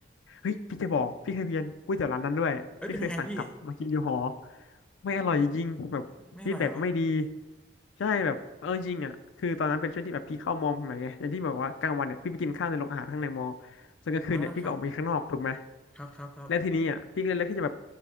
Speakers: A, on the left (about 75°); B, in the centre.
A: เฮ้ยพี่จะบอกพี่เคยเพียนก๋วยเตี๋ยวร้านนั้นด้วยพี่เคยสั่งกลับมากินอยู่หอ
B: <laughs> เอ้ยเป็นยังไงพี่
A: ไม่อร่อยจริงแบบฟีดแบ็กไม่ดี
B: ไม่อร่อยเหรอ
A: ใช่แบบเออจริงอ่ะคือตอนนั้นเป็นช่วงที่แบบพี่เข้ามอมใหม่ไงอย่างที่บอกว่ากลางวันเนี่ยพี่ไปกินข้าวในโรงอาหารข้างในมอส่วนกลางคืนเนี่ยพี่ก็ออกไปข้างนอกถูกไหม
B: อ๋อครับครับครับครับ
A: และทีนี้อ่ะพี่ก็เลยเลือกที่จะแบบ